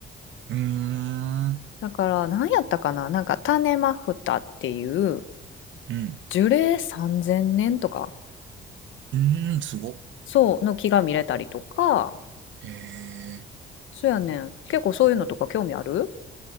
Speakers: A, on the right; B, on the left.
A: うーん。
B: だから何やったかななんか種マフタっていう
A: うん。
B: 樹齢3000年とか
A: うーん、すごっ。
B: そうの木が見れたりとか
A: ええ。
B: そうやねん。結構そういうのとか興味ある